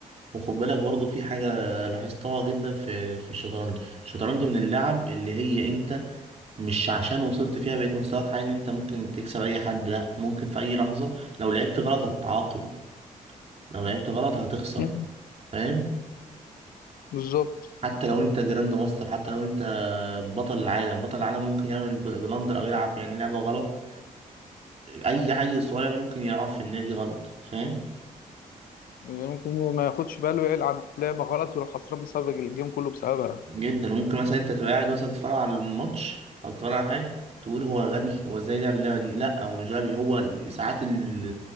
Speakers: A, on the right (about 45°); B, on the left (about 80°).
A: وخد بالك برضو في حاجة لاحظتها جدا في في الشطرنج الشطرنج من اللعب اللي هي انت مش عشان وصلت فيها بقيت مستواك عالي انت ممكن تكسب اي حد لا ممكن في اي لحظة لو لعبت غلط هتتعاقب لو لعبت غلط هتخسر
B: مم.
A: فاهم
B: بالظبط
A: حتى لو انت جراند ماستر حتى لو انت بطل العالم بطل العالم ممكن يعمل ب- بلندر او يلعب يعني لعبة غلط اي عيل صغير ممكن يعرف ان هي دي غلط فاهم
B: يعني ممكن هو ما ياخدش باله يلعب لعبة غلط ويروح خسران بسبب الجيم كله بسببها
A: جدا ممكن مثلا انت تبقى قاعد مثلا تتفرج على الماتش او تتفرج على حاجه تقول هو غبي هو ازاي لعب اللعبه دي لا هو مش غبي هو ال- ساعات ال-